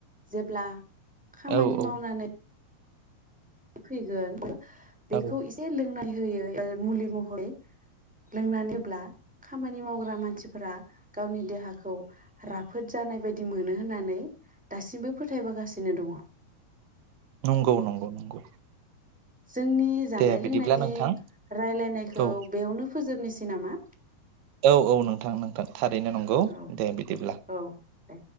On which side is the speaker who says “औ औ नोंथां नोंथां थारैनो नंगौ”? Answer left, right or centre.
Right